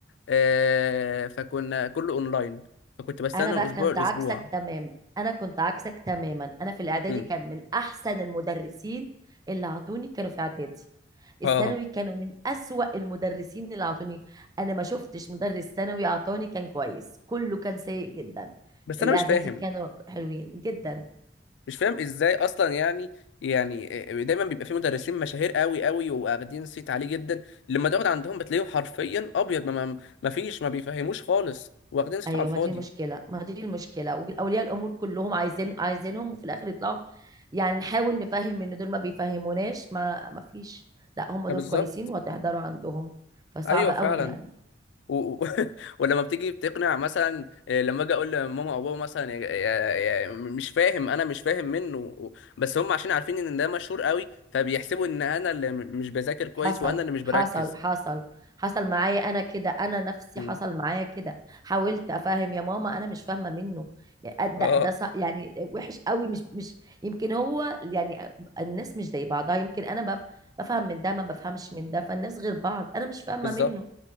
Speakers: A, on the left; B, on the right.
A: آه، فكنا كله اونلاين فكنت بستنى
B: انا بقى
A: من اسبوع
B: كنت
A: لاسبوع
B: عكسك تمام انا كنت عكسك تماما انا في الاعدادي
A: مم.
B: كان من احسن المدرسين اللي عطوني كانوا في اعدادي الثانوي
A: اه
B: كانوا من اسوأ المدرسين اللي عطوني انا ما شفتش مدرس ثانوي عطاني كان كويس كله كان سيء جدا
A: بس
B: الاعدادي
A: انا مش فاهم
B: كانوا حلوين جدا
A: مش فاهم ازاي اصلا يعني يعني دايما بيبقى في مدرسين مشاهير قوي قوي واخدين صيت عليه جدا لما تقعد عندهم بتلاقيهم حرفيا ابيض ما, ما ما فيش ما بيفهموش خالص واخدين صيت
B: ايوه
A: على الفاضي
B: ما دي المشكله ما دي المشكله واولياء الامور كلهم عايزين عايزينهم وفي الاخر يطلعوا يعني نحاول نفهم ان دول ما بيفهموناش ما ما فيش لا هم
A: ده
B: دول
A: بالظبط
B: كويسين وهتحضروا عندهم فصعب
A: ايوه
B: قوي
A: فعلا
B: يعني
A: و... و- <laughs> ولما بتيجي بتقنع مثلا إيه، لما اجي اقول لماما او بابا مثلا يا... يا... يا... مش فاهم انا مش فاهم منه و- بس هم عشان عارفين ان ده مشهور قوي فبيحسبوا ان انا اللي م- مش بذاكر كويس
B: حصل
A: وانا اللي مش بركز
B: حصل حصل حصل معايا انا كده انا نفسي
A: مم.
B: حصل معايا كده حاولت افهم يا ماما انا مش فاهمه منه يعني
A: اه
B: ده ده صع- يعني وحش قوي مش مش يمكن هو يعني الناس مش زي بعضها يمكن انا بف- بفهم من ده ما بفهمش من ده فالناس غير بعض انا مش فاهمه
A: بالظبط
B: منه